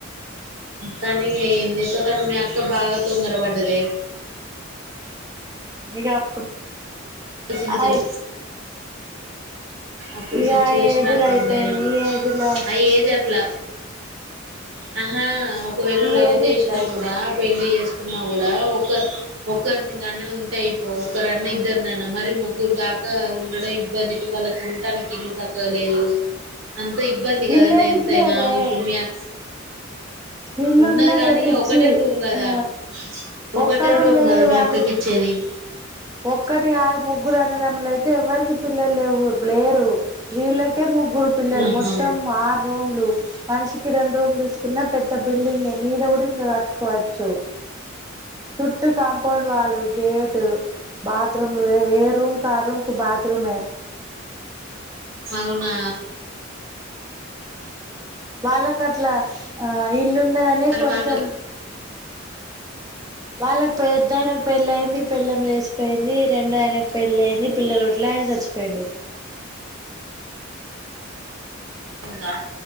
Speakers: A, on the right; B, on the right.
A: కానీ ఎంచేసుకుంటారు మీ అక్ ట్లో బాగా తొందర పడ్డదే
B: ఇక అప్పుడు
A: ఆశించలే
B: ఆ
A: ఇప్పుడు
B: ఇక
A: సిచ్యువేషన్
B: ఆ ఏజ్
A: అట్లుండయి
B: లో అయిపోయినాయి ఈ ఏజ్ లో
A: అ ఏజ్ అట్లా ఆహా ఒకవేళ
B: ఈ
A: లవ్
B: ఏజ్
A: చేసినా
B: ఇట్లా ఇప్పుడు
A: కూడా పెళ్ళి చేస్ ఉన్నా కూడా ఒక ఒకరిని గానే ఉంటే అయిపో ఒకరన్న ఇద్దరిైనా మర ముగ్గురు దాకా ఉండడం ఇబ్బంది వాళ్ళకి ఉటానికి ఇల్లు చక్కగా లేదు అంత ఇబ్బంది కద
B: ఇల్లేందుకు
A: నే ఎంతైన
B: లేదే
A: ఇప్పుడు మీక్
B: ఇల్లున్నదే
A: ఉన్నది కానీ
B: పిచ్చి
A: ఒకటే రూమ్ కదా
B: ఆ
A: ఒక
B: ఒక్క
A: కట్టే రూమ్
B: లేదు
A: కద మీ
B: వాళ్ళు
A: ఆక్క కిచ్చేది
B: ఒక్కటి కాదు ముగ్గురు అన్నదమ్ములు అయితే ఎవ్వరికి పిల్లలు లే లేరు వీళ్ళకే ముగ్ రు పిల్లలు
A: ఆహా
B: మొత్తం ఆరు రూమ్ లు మనిషికి రెండు రూమ్లు తీసుకున్న పెద్ద బిల్డింగ్ మీద కూడ ఇంకా కట్టుకోవచ్చు చుట్టూ compound wall gate bath room లు ఏ రూమ్ క ఆ రూమ్ కు బాత్ రూమే
A: అవునా
B: వల్ల కట్ల <unintelligible>
A: మరి
B: <unintelligible> కొంచెం
A: వాళ్ళ
B: వాళ్ళకి పెద్ద ఆయనకు పెళ్ళి అయింది పెళ్లం లేచిపోయింది రెండు ఆయనకు పెళ్లి అయింది పిల్లలు పుట్ల ఆయన చచ్చిపో యుండు
A: ఉందా